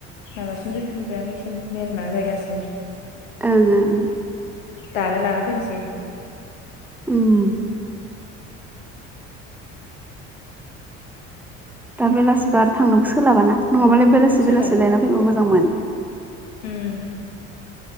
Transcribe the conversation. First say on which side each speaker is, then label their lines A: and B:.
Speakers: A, on the left; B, in the centre.
A: माबासिम दोनफिनबाय आं इसिम मेन माबा जायगासिम
B: ओं ओं
A: दानो लाना फैसै
B: उम दा बेलासिबो आरो थांनोबो सोलाबाना नङाबालाय बेलासि
A: सोलाबा
B: बेलासि लायना फैबा मोजांमोन।
A: उम